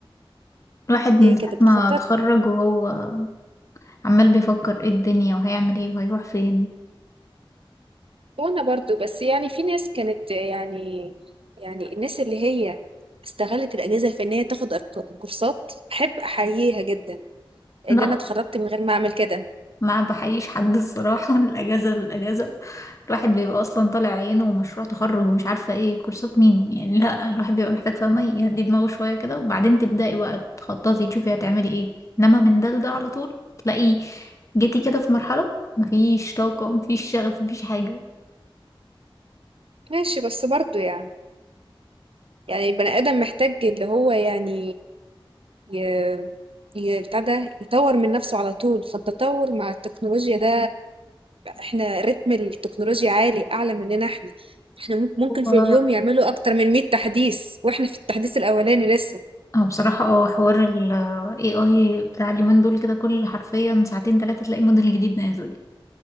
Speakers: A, on the left; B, on the right.
A: الواحد من
B: ايه
A: ساعة
B: كده بتخطط
A: ما اتخرج وهو عمال بيفكر ايه الدنيا وهيعمل ايه وهيروح فين
B: وانا برضو بس يعني في ناس كانت يعني يعني الناس اللي هي استغلت الاجازه في ان هي تاخد أرق- كورسات احب احييها جدا
A: لا
B: ان انا اتخرجت من غير ما اعمل كده
A: ما بحييش حد الصراحة <laughs> من الأجازة للأجازة الواحد بيبقى أصلا طالع عينه ومشروع تخرج ومش عارفة ايه كورسات مين يعني لا الواحد بيبقى محتاج فاهمة يهدي دماغه شوية كده وبعدين تبدأي بقى تخططي تشوفي هتعملي ايه انما من ده لده على طول تلاقي جيتي كده في مرحلة مفيش طاقة مفيش شغف مفيش حاجة
B: ماشي بس برضو يعني يعني البني ادم محتاج اللي هو يعني ي- ي- بتاع ده يطور من نفسه على طول فالتطور مع التكنولوجيا ده احنا رتم التكنولوجيا عالي اعلى مننا احنا احنا مم- ممكن
A: هو
B: في اليوم يعملوا اكتر من 100 تحديث واحنا في التحديث الاولاني لسه
A: أنا بصراحة اه حوار ال AI بتاع اليومين دول كده كل حرفيا ساعتين تلاتة تلاقي موديل جديد نازل